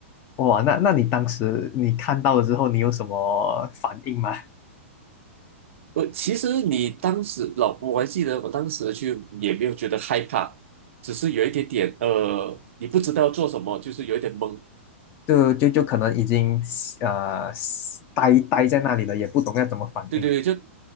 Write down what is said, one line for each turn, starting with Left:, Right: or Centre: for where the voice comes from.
Left: 哇，那那你当时你看到了之后，你有什么反应吗？<laughs>
Right: 我其实你当时老婆，我还记得我当时就也没有觉得害怕，只是有一点点呃，你不知道做什么，就是有一点懵。
Left: 就就就可能已经呃呆呆在那里了，也不懂要怎么反应。
Right: 对对对，就